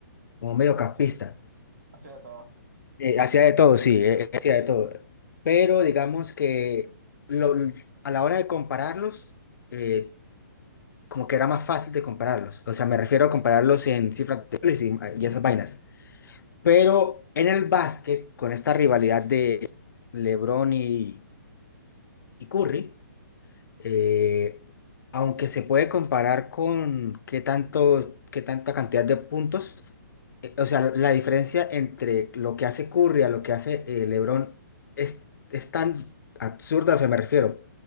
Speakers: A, on the left; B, on the right.
A: como mediocampista.
B: Sí, es- o sea, todo.
A: Eh, hacía de todo, sí, eh, eh, hacía de todo. Pero digamos que lo- a la hora de compararlos, eh, como que era más fácil de compararlos. O sea, me refiero a compararlos en cifras de goles y, ah, y esas vainas. Pero en el básquet, con esta rivalidad de LeBron y, y Curry, eh, aunque se puede comparar con qué tanto, qué tanta cantidad de puntos, eh, o sea, la, la diferencia entre lo que hace Curry a lo que hace eh, LeBron es, es tan absurda, o sea, me refiero.